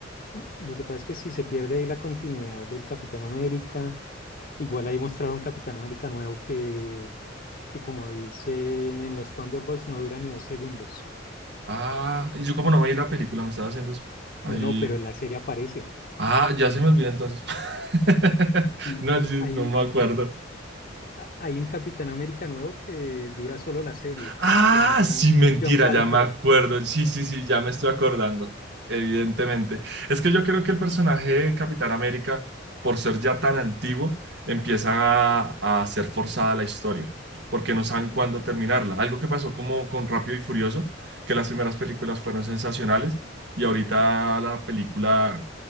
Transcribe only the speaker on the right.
Ah, y yo como no me vi la película, me estaba haciendo es- ahí.
Ah, ya se me olvidó entonces. <laughs>
No, yo
no me acuerdo.
Ah,
sí, mentira,
ya me acuerdo. Sí, sí, sí, ya me estoy acordando. Evidentemente. Es que yo creo que el personaje de Capitán América, por ser ya tan antiguo, empieza a, a ser forzada la historia, porque no saben cuándo terminarla. Algo que pasó como con Rápido y Furioso, que las primeras películas fueron sensacionales y ahorita la película